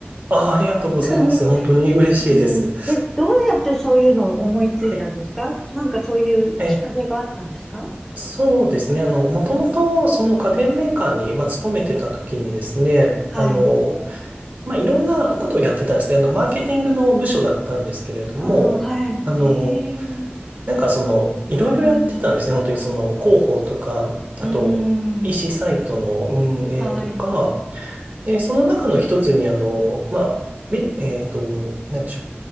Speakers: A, on the right; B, in the centre.
A: あ、ありがとうございます。
B: <laughs>
A: 本当に嬉しいです。
B: うん。え、どうやってそういうのを思いついたんですかなんかそういうきっかけがあったんですか
A: はい。え、そうですね。あの、もともと、
B: うん、
A: その家電メーカーに、まあ、勤めてた時にですね、
B: はい。
A: あの、まあ、いろんなことをやってたんですね。あの、マーケティングの部署だったんですけれども、
B: ああ、はい。
A: あの、
B: へえ。
A: なんかその、いろいろやってたんですね。
B: うん。
A: 本当にその広報とか、
B: うん。
A: あと EC サイトの運営とか、
B: はい。
A: で、その中の一つにあの、まあ、め、えっと、なんでしょ